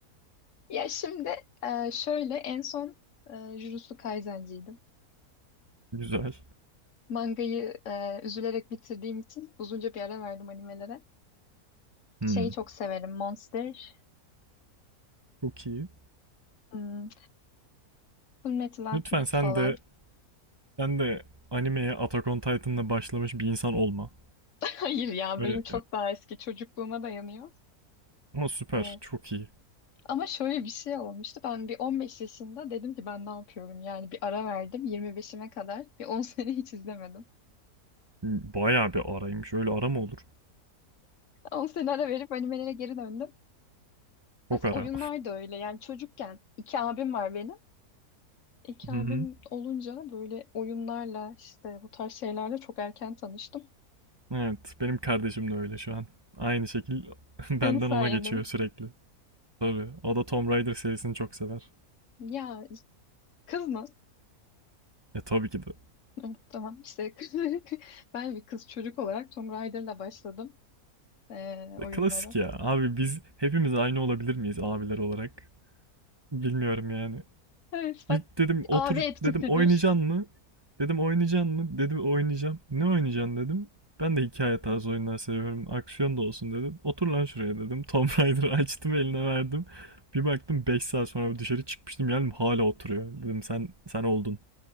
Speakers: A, on the left; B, on the right.
A: Ya şimdi e, şöyle en son e, Jujutsu Kaisen'ciydim.
B: Güzel.
A: Mangayı e, üzülerek bitirdiğim için uzunca bir ara verdim animelere.
B: Hmm.
A: Şeyi çok severim. Monster,
B: Çok iyi.
A: hmm, Fullmetal Alchemist
B: Lütfen sen
A: falan.
B: de sen de animeye Attack on Titan'la başlamış bir insan olma.
A: Hayır ya
B: Öyle,
A: benim çok daha eski çocukluğuma dayanıyor.
B: ama süper.
A: Evet.
B: Çok iyi.
A: Ama şöyle bir şey olmuştu. Ben bir 15 yaşında dedim ki ben ne yapıyorum? Yani bir ara verdim 25'ime kadar. Bir 10 <laughs> sene hiç izlemedim.
B: Bayağı bir araymış. Öyle ara mı olur?
A: 10 sene ara verip animelere geri döndüm. Aslında
B: Çok ara.
A: oyunlar da öyle. Yani çocukken iki abim var benim. İki
B: Hı
A: abim
B: <laughs> hı.
A: olunca böyle oyunlarla işte bu tarz şeylerle çok erken tanıştım.
B: Evet, benim kardeşim de öyle şu an. Aynı şekil <laughs> benden
A: Senin sayende.
B: ona geçiyor sürekli. Tabii, o da Tomb Raider serisini çok sever.
A: Ya kız mı?
B: E tabii ki de.
A: <laughs> Tamam işte <laughs> Ben bir kız çocuk olarak Tomb Raider'la başladım. e, oyunlara.
B: E, klasik ya. Abi biz hepimiz aynı olabilir miyiz abiler olarak? Bilmiyorum yani.
A: Evet
B: İlk
A: bak
B: dedim otur
A: abi etkisidir.
B: dedim oynayacaksın mı? Dedim oynayacaksın mı? Dedi oynayacağım. Ne oynayacaksın dedim. Ben de hikaye tarzı oyunlar seviyorum. Aksiyon da olsun dedi. Otur lan şuraya dedim. <laughs> Tomb Raider'ı açtım eline verdim. Bir baktım 5 saat sonra dışarı çıkmıştım yani hala oturuyor. Dedim sen sen oldun.